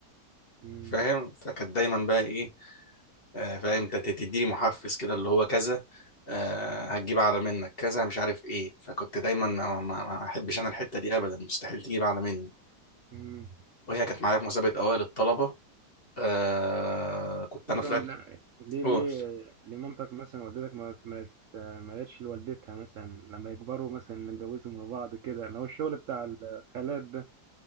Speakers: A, on the right; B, on the left.
A: مم.
B: فاهم فكانت دايما بقى ايه آه فاهم ت- ت- تديني محفز كده اللي هو كذا آه هتجيب اعلى منك كذا مش عارف ايه فكنت دايما ما, ما, ما احبش انا الحته دي ابدا مستحيل تجيب اعلى مني
A: مم.
B: وهي كانت معايا في مسابقه اوائل الطلبه آه كنت
A: مثلا
B: انا طلعت
A: لا ليه
B: قول
A: ليه ليه مامتك مثلا والدتك ما ما ت- ما قالتش لوالدتها مثلا لما يكبروا مثلا نتجوزهم من بعض كده اللي هو الشغل بتاع الخالات ده